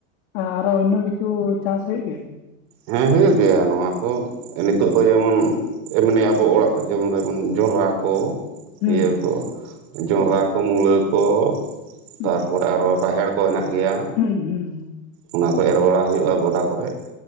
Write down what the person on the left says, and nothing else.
ᱟᱨ ᱳᱱᱳ ᱠᱤ ᱪᱷᱩ ᱪᱟᱹᱥ ᱦᱳᱭᱳᱜ ᱜᱮᱭᱟ?
ᱦᱩᱸ
ᱦᱩᱸ
ᱦᱩᱸ ᱦᱩᱸ